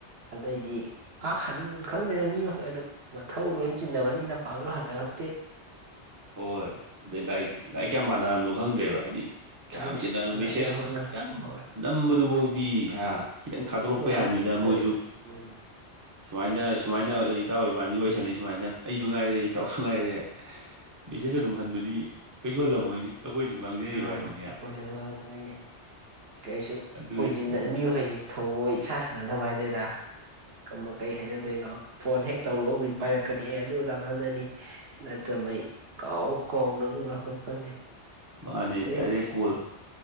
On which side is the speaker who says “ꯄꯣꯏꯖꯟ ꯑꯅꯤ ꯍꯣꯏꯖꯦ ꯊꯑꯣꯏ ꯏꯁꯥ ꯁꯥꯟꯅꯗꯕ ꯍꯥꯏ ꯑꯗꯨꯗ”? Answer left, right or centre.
Right